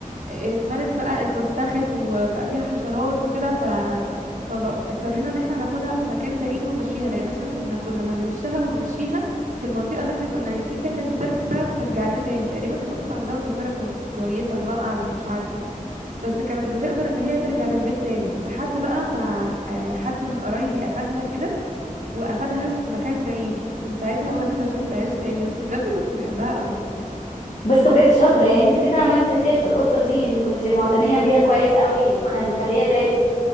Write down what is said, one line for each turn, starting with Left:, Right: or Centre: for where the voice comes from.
Right: اتملت بقى اتوسخت وبقى فيها حشرات وكده ف فاضطرينا ان احنا ناخدها في مكان بعيد ونمشيها لان احنا كنا كل ما نهشها ونمشيها في المنطقه اللي احنا كنا عايشين فيها كانت بتر... بتعرف ترجع لنا تاني تقريبا القطط عندها ذاكره كوي... كويسه الله اعلم مش عارفه بس كانت بتقدر ان هي ترجع للبيت تاني لحد بقى ما آه، حد من قرايبي اخدها كده واخدها في مكان بعيد من ساعتها وانا <laughs> ما شفتهاش تاني بس بجد كنت بحبها قوي
Left: بس بجد شاطره يعني انت كده عملت خير في القطه دي يعني كنت معتنيه بيها كويس قوي ومخليه بالك